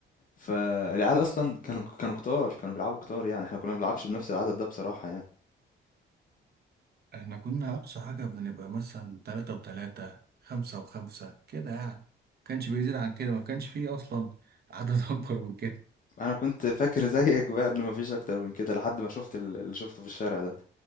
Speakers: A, on the left; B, on the right.
A: فالعيال اصلا كانوا كانوا كتار كانوا بيلعبوا كتار يعني احنا كنا ما بنلعبش بنفس العدد ده بصراحه يعني
B: احنا كنا أقصى حاجة بنبقى مثلا تلاتة وتلاتة خمسة وخمسة كده يعني كانش بيزيد عن كده ما كانش فيه أصلا عدد <laughs> أكبر من كده
A: انا كنت فاكر زيك بقى ان مفيش اكتر من كده لحد ما شفت ال- اللي شفته في الشارع ده